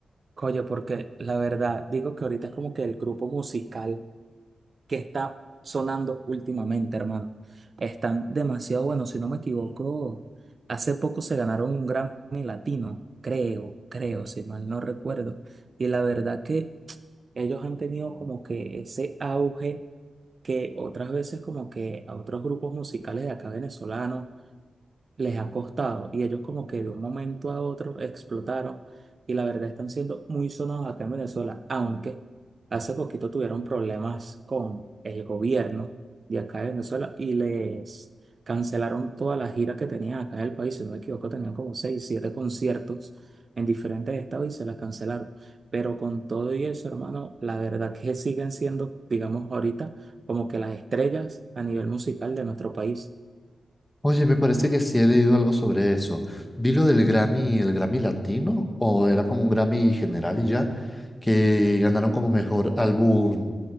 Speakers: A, on the right; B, on the left.
A: Oye, porque la verdad digo que ahorita es como que el grupo musical que está sonando últimamente, hermano. Están demasiado buenos, si no me equivoco, hace poco se ganaron un Grammy Latino, creo, creo, si mal no recuerdo. Y la verdad que ellos han tenido como que ese auge que otras veces como que a otros grupos musicales de acá venezolanos les ha costado y ellos como que de un momento a otro explotaron y la verdad están siendo muy sonados acá en Venezuela, aunque hace poquito tuvieron problemas con el gobierno de acá de Venezuela y les cancelaron toda la gira que tenían acá en el país, si no me equivoco, tenían como seis, siete conciertos en diferentes estados y se las cancelaron. Pero con todo y eso, hermano, la verdad que siguen siendo, digamos ahorita, como que las estrellas a nivel musical de nuestro país.
B: Oye, me parece que sí he leído algo sobre eso. Vi lo del Grammy, el Grammy Latino, o era como un Grammy general y ya, que ganaron como mejor álbum,